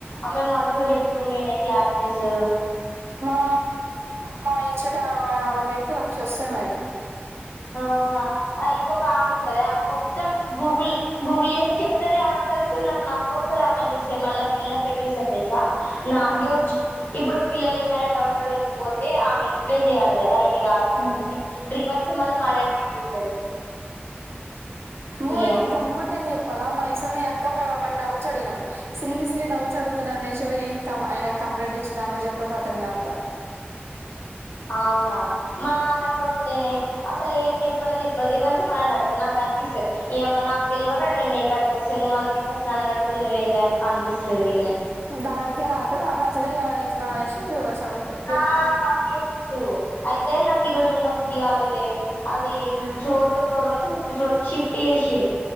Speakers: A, on the left; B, on the right.
A: ఆమె మంచిగ చెప్తుండేనే క్లాసెస్. <unintelligible>
B: మా మా ఇన్స్టిట్యూట్ ఆ ఆమెకయితే లక్ష వస్తయి మరీ.
A: అవునా, ఆ ఇంకొక ఆమె ఉంటదే ఆమె మొత్తం గూగుల్, గూగుల్ చేసి చెప్తదే ఆన్సర్స్ నాక్ నవ్వు వస్తది ఆమెని చూస్తే మళ్ల బిల్డ్ అప్ ఎట్ల ఇస్తది తెలుసా. నాకే
B: ఉమ్
A: వచ్చు. ఇప్పుడు పిల్లలు ఏమైన డౌట్ అడగనీకి పోతే ఆమె ఎక్స్ప్లెయిన్ చెయ్యాలె గదా ఇది కాదురా
B: ఉమ్
A: ఇదని రివర్స్. స్ మల్ల మనల్నే అడుగుతది. ఏ
B: ఓయ్ నీక్ గమ్మత్తేంది చెప్పాలా మా సమ్మే అక్క మేం ఆమెన్ డౌట్స్ అడిగినం. సిల్లీ సిల్లీ డౌట్స్ అడుతున్నారు అనేస్ శి ఏ ఈ కం ఆయనక్ కంప్లైంట్ ఇచ్చిందామె చెప్ప చాతన గాక.
A: అవునా. మా ఆమె కూడ అంతేనే, అసల్ ఏం చెప్పనే చెప్పదీ. రివర్స్ మనల్ని అడుగుతది నాక్ అనిపిస్తది. నీ అమ్మ నాక్ తెల్వక నేన్ నీ కాడికి వస్తే నువ్వు మళ్ళ రివర్స్ నన్ను అడుతున్నవ్ ఏంది అని అనిపిస్తది.
B: దానికే రాక దాని అట్లా ఇగా ఇట్లా అనేశీ రివర్స్ అడుగుతరు.
A: ఆ కవర్ చే <inaudible> రూ. అయితే నాకు ఈ రోజు ఉండ బుద్ధి కాలేదే. అది
B: ఉమ్
A: ఫోర్త్ ఫ్లోర్ వ ష షిఫ్ట్ చేసి